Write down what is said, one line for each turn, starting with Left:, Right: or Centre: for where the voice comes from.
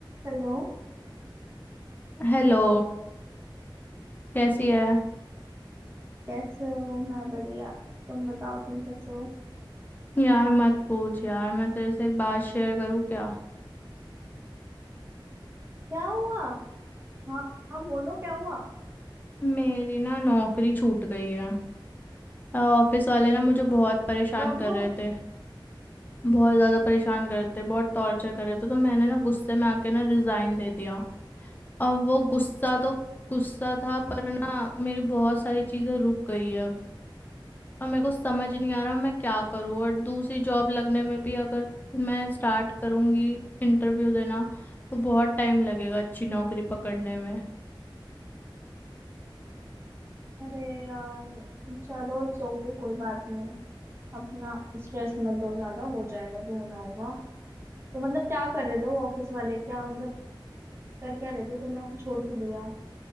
Right: Hello
Left: Hello कैसी है
Right: कैसे हो मैं बढ़िया तुम बताओ तुम कैसे हो
Left: यार मत पूछ यार मैं तेरे से एक बात शेयर करूँ क्या
Right: क्या हुआ हाँ हाँ बोलो क्या हुआ
Left: मेरी ना नौकरी छूट गई है ऑफिस वाले ना मुझे बहुत परेशान
Right: कब
Left: कर रहे थे बहुत ज़्यादा परेशान कर रहे थे बहुत टॉर्चर कर रहे थे तो मैंने ना गुस्से में आके ना रिज़ाइन दे दिया अब वो गुस्सा तो गुस्सा था
Right: अरे
Left: पर ना मेरी बहुत सारी चीज़ें रुक गई है और मेरे को समझ नहीं आ रहा मैं क्या करूँ और दूसरी जॉब लगने में भी अगर मैं स्टार्ट करूंगी इंटरव्यू देना तो बहुत टाइम लगेगा अच्छी नौकरी पकड़ने में
Right: अरे यार चलो इट्स ओके कोई बात नहीं अपना स्ट्रेस मत दो ज्यादा हो जाएगा जो होना होगा तो मतलब क्या कर रहे थे वो ऑफिस वाले क्या मतलब कर क्या रहे थे तुमने ऐसे छोड़ के दिया